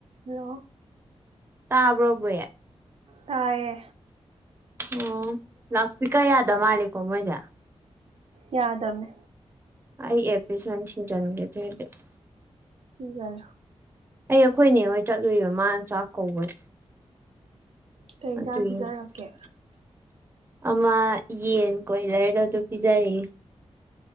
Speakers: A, on the right (about 65°); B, on the right (about 20°).
A: Hello
B: ꯇꯕꯔꯣ ꯕꯤ
A: ꯇꯌꯦ
B: ꯑꯣ ꯂꯥꯎꯗ ꯁꯄꯤꯀꯔ ꯌꯥꯗ ꯃꯥꯜꯂꯦꯀꯣ ꯃꯣꯏꯁꯦ
A: ꯌꯥꯗꯝꯃꯦ
B: ꯑꯩ ꯑꯦꯄꯤꯁꯟ <unintelligible>
A: <unintelligible>
B: ꯑꯩ ꯑꯩꯈꯣꯏꯅꯦ ꯍꯣꯏ ꯆꯠꯂꯨꯏꯕ ꯃꯥꯅ ꯆꯥꯛ ꯀꯧꯕꯩ
A: ꯀꯩ
B: <unintelligible>
A: ꯌꯦꯟꯖꯥꯡ ꯄꯤꯖꯔꯛꯀꯦ
B: ꯑꯃ ꯌꯦꯟ ꯀꯣꯏꯂꯔꯗ ꯑꯗꯨ ꯄꯤꯖꯔꯦ